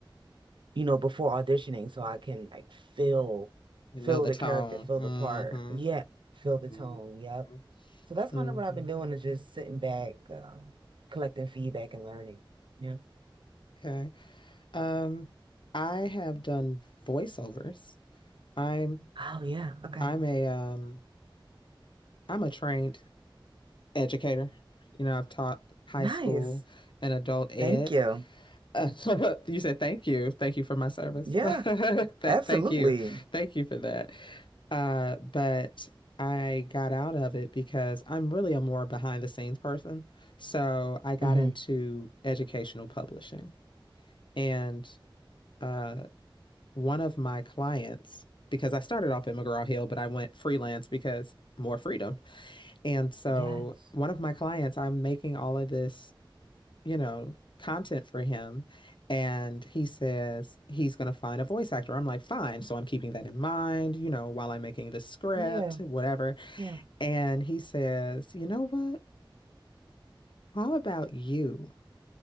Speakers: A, on the right (about 65°); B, on the left (about 65°).
A: you know, before auditioning so I can like feel
B: You
A: feel
B: know the
A: the
B: tone.
A: character, feel
B: hmm
A: the part. Yeah, feel the
B: hmm
A: tone. Yep. So that's
B: hmm
A: kind of what I've been doing is just sitting back, um, collecting feedback and learning. Yeah.
B: Okay. Um, I have done voiceovers. I'm
A: Oh yeah. Okay.
B: I'm a um I'm a trained educator. You know, I've taught high
A: Nice.
B: school and adult ed.
A: Thank you.
B: Uh, <laughs> you said thank you. Thank you for my service.
A: Yeah,
B: <laughs> that
A: absolutely.
B: thank you. Thank you for that. Uh, but I got out of it because I'm really a more behind the scenes person. So I got
A: hmm
B: into educational publishing. And uh, one of my clients, because I started off at McGraw Hill, but I went freelance because more freedom. And so
A: Yes.
B: one of my clients, I'm making all of this you know, content for him. And he says he's going to find a voice actor. I'm like, fine. So I'm keeping that in mind, you know, while I'm making the script,
A: Yeah.
B: whatever.
A: Yeah.
B: And he says, you know what? How about you